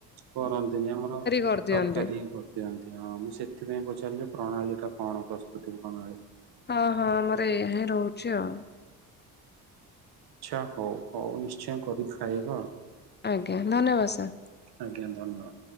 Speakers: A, on the right; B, on the left.
A: କରନ୍ତିନି ଆମର
B: କରିଦିଅନ୍ତି
A: ତରକାରୀ ହିଁ କରିଦିଅନ୍ତି ହଁ ମୁଁ ସେଥିପାଇଁ ପଚାରି ପ୍ରଣାଳୀ ଟା କଣ ପ୍ରସ୍ତୁତି ପ୍ରଣାଳୀ
B: ହଁ ହଁ ଆମର ଏଇ ହିଁ ରହୁଛି ଆଉ
A: ଆଚଛା ହଉ ହଉ ନିଶ୍ଚୟ କରିକି ଖାଇବା
B: ଆଜ୍ ଧନ୍ୟବାଦ ସାର୍
A: ଆଜ୍ଞା ଧନ୍ୟବାଦ